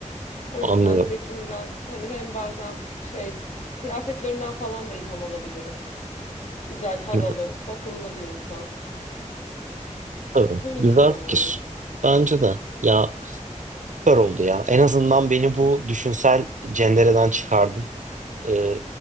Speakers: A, on the left (about 65°); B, on the right (about 70°).
A: O
B: Anlıyorum.
A: yüzden Zeki Müren hani hem bazen şey kıyafetlerinden falan da ilham alabilirim. Güzel, havalı,
B: Güzel.
A: bakımlı bir insan.
B: Tabii.
A: Keyifli
B: Güzel
A: yani.
B: fikir. Bence de. Ya süper oldu ya. En azından beni bu düşünsel cendereden çıkardın. e,